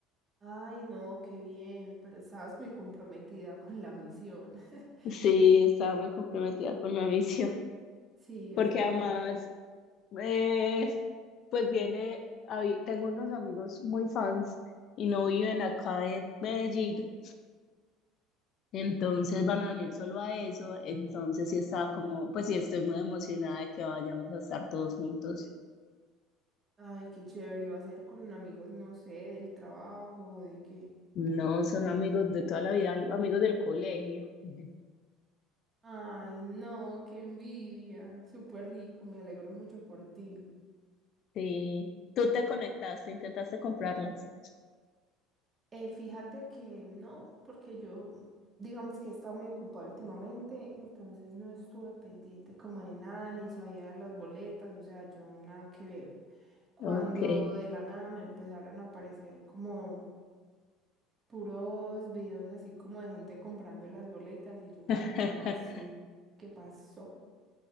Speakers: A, on the right; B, on the left.
A: Ay, no, qué bien. Pero estabas muy comprometida <laughs> con la misión. <laughs>
B: Sí, estaba muy comprometida con la misión.
A: Sí,
B: Porque
A: o sea.
B: además Eh, pues viene, ahí- tengo unos amigos muy fans y no viven acá en Medellín, entonces van a venir solo a eso, entonces sí estaba como, pues sí estoy muy emocionada de que vayamos a estar todos juntos.
A: Ay, qué chévere. Iba a ser con amigos, no sé, del trabajo, de qué.
B: No, son amigos de toda la vida, amigos del colegio. <laughs> Ujú.
A: Ay, no, qué envidia. Súper rico. Me alegro mucho por ti.
B: Sí, tú te conectaste, intentaste comprarlas.
A: Eh, fíjate que no, porque yo, digamos que he estado muy ocupada últimamente, entonces no estuve pendiente como de nada, ni sabía de las boletas, o sea, yo nada que ver. Cuando
B: Ok.
A: de la nada me empezaron a aparecer como puros videos así como de gente comprando las boletas y yo,
B: <laughs>
A: ¿cómo así? ¿Qué pasó?